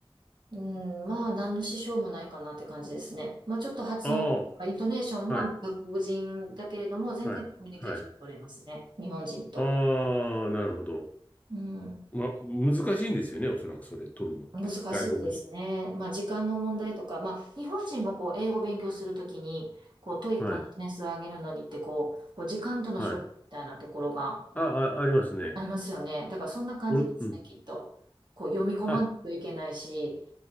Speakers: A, on the right; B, on the left.
A: うん、まあ、何の支障もないかなって感じですね。まあ、ちょっと発音、
B: あ
A: イントネーションは外国人だけれども、
B: あ、はい、
A: 全然コミュニケーション取れますね。
B: はい、はい。
A: 日本人と。
B: ああ、なるほど。
A: うん、
B: ま、難しいんですよね、おそらくそれ、取るのって。
A: 難しいですね。
B: 外国人。
A: まあ、時間の問題とか、まあ、日本人もこう、英語勉強するときに、こう、トイック点数を上げるのにって、
B: はい、
A: こう、こう時間との勝負みたいなところが、
B: はい。あ、あ、ありますね。
A: ありますよね。だからそんな感じですね、
B: おん、うん。
A: きっと。こう読み込まないといけないし、
B: あ、